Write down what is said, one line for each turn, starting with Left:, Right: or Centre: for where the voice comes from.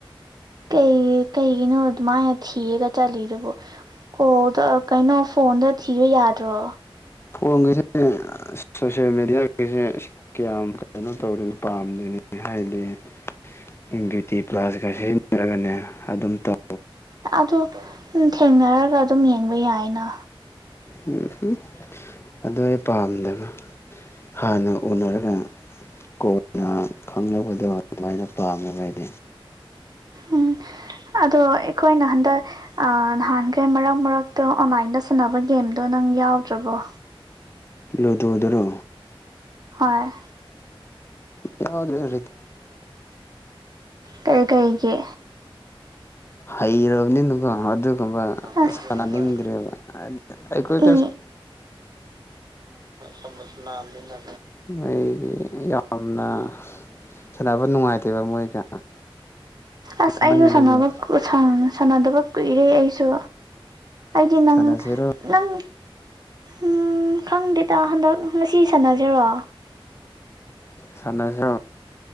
Right: ꯀꯩ ꯀꯩꯒꯤꯅꯣꯃꯥꯏꯅ ꯊꯤꯔꯒ ꯆꯠꯂꯤꯗꯨꯕꯣ ꯑꯣ ꯀꯩꯅꯣ ꯐꯣꯟꯗ ꯊꯤꯕ ꯌꯥꯗ꯭ꯔꯣ
Left: ꯐꯣꯟꯒꯤꯁꯦ ꯁꯣꯁꯦꯜ ꯃꯦꯗꯤꯌꯥꯒꯤꯁꯦ ꯀꯌꯥꯝ ꯀꯩꯅꯣ ꯇꯧꯔꯤꯅꯣ ꯄꯥꯝꯗꯅꯦ ꯍꯥꯏꯗꯤ ꯕꯌꯨꯇꯤ ꯄ꯭ꯂꯥꯁ ꯈꯔ ꯁꯤꯖꯤꯟꯅꯔꯒꯅꯦ ꯑꯗꯨꯝ ꯇꯧ
Right: ꯑꯗꯨ ꯎ ꯊꯦꯡꯅꯔꯒ ꯑꯗꯨꯝ ꯌꯦꯡꯕ ꯌꯥꯏꯅ
Left: ꯎꯝ ꯎꯝ ꯑꯗꯨꯣ ꯑꯩ ꯄꯥꯝꯗꯕ ꯍꯥꯟꯅ ꯎꯅꯔꯛ ꯀꯣꯏꯅ ꯈꯪꯅꯕꯗꯣ ꯑꯗꯨꯃꯥꯏꯅ ꯄꯥꯝꯃꯦꯕ ꯍꯥꯏꯗꯤ
Right: ꯎꯝ ꯑꯗꯣ ꯑꯩꯈꯣꯏꯅ ꯅꯍꯥꯟꯈꯩ ꯃꯔꯛ ꯃꯔꯛꯇ ꯑꯣꯟꯂꯥꯏꯟꯗ ꯁꯥꯟꯟꯅꯅꯕ ꯒꯦꯝꯗꯣ ꯅꯪ ꯌꯥꯎꯗ꯭ꯔꯕꯣ
Left: ꯂꯨꯗꯗꯔꯣ
Right: ꯍꯣꯏ
Left: ꯌꯥꯎꯗ꯭ꯔ
Right: ꯀꯩ ꯀꯩꯒꯤ
Left: ꯍꯩꯔꯕꯅꯤ ꯀ ꯑꯗꯨ
Right: ꯑꯁ
Left: ꯁꯥꯟꯅꯅꯤꯡꯗ꯭ꯔꯦꯕ ꯑꯩꯈꯣꯏ
Right: ꯑꯦ ꯁꯝꯁ ꯅꯃꯤ ꯂ
Left: ꯃꯣꯏꯗꯤ ꯌꯥꯝꯅ ꯁꯥꯟꯅꯕ ꯅꯨꯡꯉꯥꯏꯇꯦꯕ ꯃꯣꯏꯒ
Right: ꯑꯁ ꯑꯩꯁꯨ
Left: ꯃꯟꯕꯒꯤ
Right: ꯁꯥꯟꯅꯕ ꯁꯥꯟꯅꯗꯕ ꯀꯨꯏꯔꯦ ꯑꯩꯁꯨ ꯑꯩꯗꯤ ꯅꯪ
Left: ꯁꯥꯟꯅꯁꯤꯔꯣ
Right: ꯅꯪ ꯎ ꯈꯪꯗꯦ ꯏꯇꯥ ꯍꯟꯗꯛ ꯉꯁꯤ ꯁꯥꯟꯅꯁꯤꯔꯣ
Left: ꯁꯥꯟꯅꯁꯤ